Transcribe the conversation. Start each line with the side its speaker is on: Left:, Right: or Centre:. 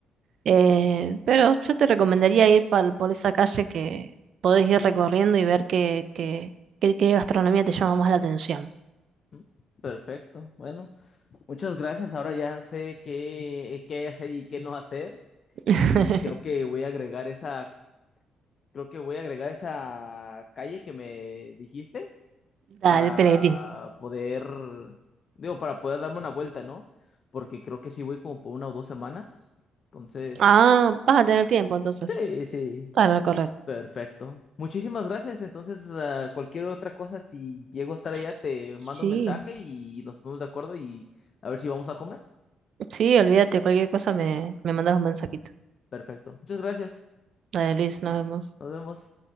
Right: Eh, pero yo te recomendaría ir par- por esa calle que podés ir recorriendo y ver qué, qué, qué, qué gastronomía te llama más la atención.
Left: ujú, perfecto. Bueno, muchas gracias. Ahora ya sé qué, qué hacer y qué no hacer.
Right: <laughs>
Left: Y creo que voy a agregar esa, creo que voy a agregar esa calle que me dijiste
Right: Dale,
Left: para
Right: Pellegrini.
Left: poder, digo, para poder darme una vuelta, ¿no? Porque creo que sí voy como por una o dos semanas. Entonces,
Right: Ah, vas a tener tiempo entonces
Left: sí, sí.
Right: para recorrer.
Left: Perfecto. Muchísimas gracias. Entonces, ah, cualquier otra cosa, si llego a estar allá,
Right: S-
Left: te
Right: Sí,
Left: mando un mensaje y nos ponemos de acuerdo y a ver si vamos a comer.
Right: sí, olvídate, cualquier cosa me, me mandas un mensajito.
Left: Perfecto. Muchas gracias.
Right: Dale, Luis, nos vemos.
Left: Nos vemos.